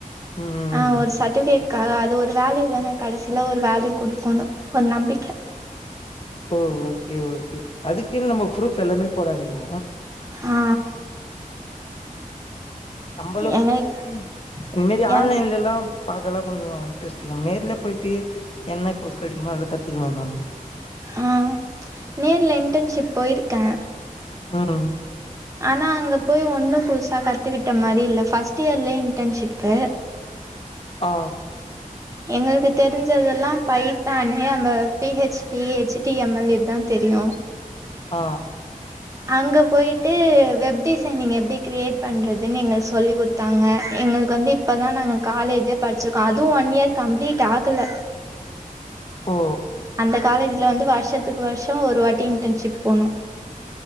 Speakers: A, on the left; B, on the right.
A: ம்
B: ஆ ஒரு சட் டிபிகேட்காக அது ஒரு வேல்யூ தான கடைசில ஒரு வேல்யூ குடுக்குணு ஒரு நம்பிக்க
A: ஓ ஓகே ஓகே அதுக்குன்னு நம்ம ஃப்ரூப் எல்லாமே போடாதீங்க
B: ஆ
A: நம்மளுக்கு
B: எனக்கு
A: இந்தமாரி ஆன்லைன்லல்லா
B: ஏ
A: பாக்கலா கொஞ்சோ இன்ட்ரஸ்ட் இல்ல நேர்ல போய்ட்டு என்ன கோஸ் கெடைக்குமோ அத கத்துக்குனு வந்துட்னு
B: ஆ நேர்ல இன்டர்ன்ஷிப் போய்ருக்க
A: ம்
B: ஆனா அங்க போய் ஒண்ணு புதுசா கத்துக்கிட்ட மாரி இல்ல ஃபர்ஸ்ட் இயர்லயே இன்டர்ன்ஷிப்பு
A: ஆ
B: எங்களுக்கு தெரிஞ்சதெல்லா பைத்தானு அந்த P H P H T M L ஏ தா தெரியு
A: ஆ
B: அங்க போய்ட்டு வெப் டிசைனிங் எப்டி கிரியேட் பண்றதுன் எங்கள்க்கு சொல்லி குடுத் தாங்க எங்களுக்கு வந்து இப்பதா நாங்கள் காலேஜே படிச்சிருக்கோ அதுவு ஒன் இயர் கம்ப்ளீட் ஆகல
A: ஓ
B: அந்த காலேஜ்ல வந்து வருஷத்துக்கு வருஷ ஒரு வாட்டி இன்டர்ன்ஷிப் போணு